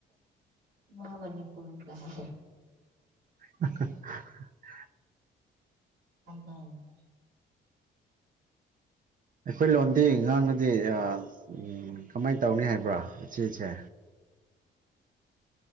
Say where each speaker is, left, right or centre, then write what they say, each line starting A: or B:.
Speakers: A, on the right; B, on the right.
A: ꯃꯥ ꯃꯅꯤꯄꯨꯔ ꯀ
B: <inaudible>
A: ꯍꯥꯏꯗꯥꯏ ꯅꯦ
B: ꯑꯩꯈꯣꯏ ꯂꯣꯟꯗꯤ ꯉꯥꯡꯅꯗꯤ ꯎꯝ ꯀꯃꯥꯏꯅ ꯇꯧꯅꯤ ꯕꯔꯥ ꯏꯆꯦꯆꯦ